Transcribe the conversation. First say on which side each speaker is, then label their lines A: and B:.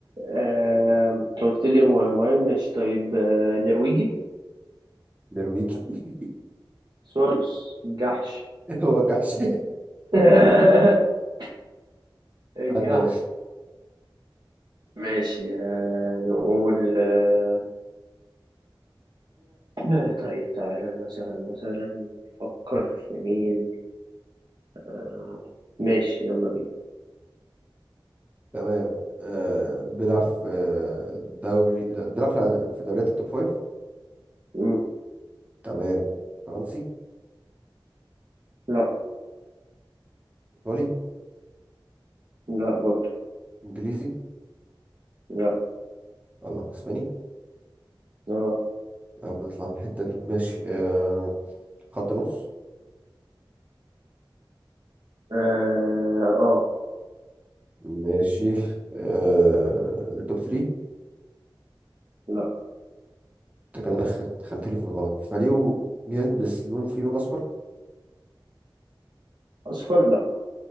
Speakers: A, on the right; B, on the right.
A: آه، انت قلت لي مه- مهم مش طيب آه، نرويجي
B: نرويجي <laughs>
A: سوارلوس الجحش
B: هو الجحش
A: <laughs> الجحش
B: <laughs> عدي يا باشا
A: ماشي آه، نقول آه، آه، طيب تعالى مثلا مثلا نفكر في مين آه، ماشي يلا بينا
B: تمام آه بيلعب في آه، دوري لا، بيلعب في في دوريات التوب 5
A: مم،
B: تمام فرنسي
A: لا
B: ايطالي
A: لا برضو
B: انجليزي
A: لا
B: الله اسباني
A: اه
B: يا رب نطلع من الحتة دي ماشي آه خط نص
A: اه آه،
B: ماشي آه توب 3
A: لا
B: انت كده دخلت دخلت لي في الغلط فريو بيلبس لون فيه لون اصفر
A: اصفر لا